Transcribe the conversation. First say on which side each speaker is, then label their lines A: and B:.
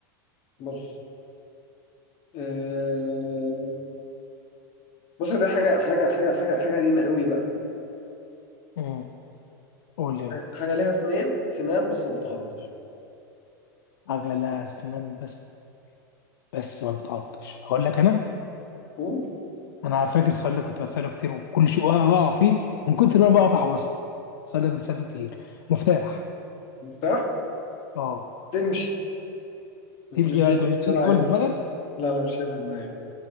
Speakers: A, on the left; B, on the left.
A: بص آه... بص ده حاجة حاجة حاجة حاجة حاجة قديمة قوي بقى
B: امم قول يا
A: حاجة حاجة ليها سنان سنان بس ما بتعضش
B: عجلة أسنان بس بس ما بتعطش هقول لك أنا
A: قول
B: أنا فاكر السؤال ده كنت بسأله كتير وكل شيء بقع فيه من كتر ما أنا بقف عبصت السؤال ده كنت بسأله كتير مفتاح
A: مفتاح
B: أه
A: تمشي بس
B: تمشي
A: مش
B: يعني
A: هي
B: أنت
A: اللي
B: مش دي الإجابة
A: أنا عايزها
B: اللي في دماغك
A: لا لا مش هي اللي في دماغي